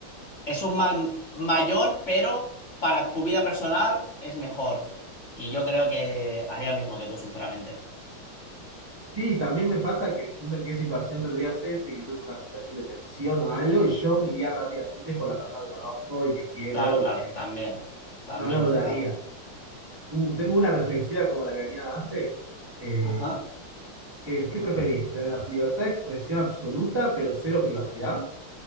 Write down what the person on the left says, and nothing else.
Es un mal mayor, pero para tu vida personal es mejor. Y yo creo que haría lo mismo que tú, sinceramente.
Claro, claro,
también. También
es
verdad.
Ajá.